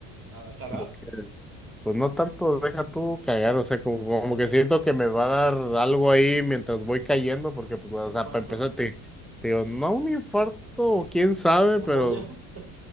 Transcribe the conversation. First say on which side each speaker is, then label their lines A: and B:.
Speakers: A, on the right; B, in the centre.
A: ¿A, a cagar?
B: como que, pues no tanto, deja tú cagar, o sea, como, como que siento que me va a dar algo ahí mientras voy cayendo, porque, pues,
A: ¿Un
B: o
A: infarto?
B: sea, para empezar, te, te digo, no un infarto, o quién sabe,
A: ¿Una
B: pero
A: embolia? <laughs>